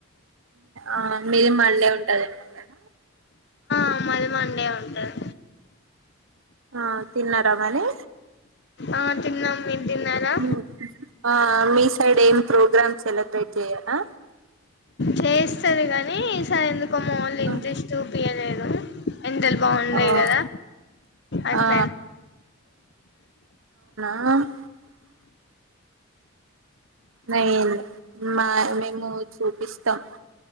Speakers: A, on the right; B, on the left.
A: ఆ ఎవెరీ మండే ఉంటఏమ్మా కద
B: అ మళ్ళీ మండే ఉంటది
A: ఆ తిన్నారా మరి
B: ఆ తిన్నాం మీరు తిన్నారా
A: మ్, ఆ మీ సైడ్ ఏం ప్రోగ్రామ్ సెలబ్రేట్ చేయరా
B: చేస్తారు కాని ఈసారి ఎందుకో మార్నింగ్
A: ఆ
B: ఇంతస్తూ పియలేదు ఇంతలు బాగున్నాయి
A: ఆ
B: కదా అట్లా
A: ఆ ఆ నయం మా మేము చూపిస్తాం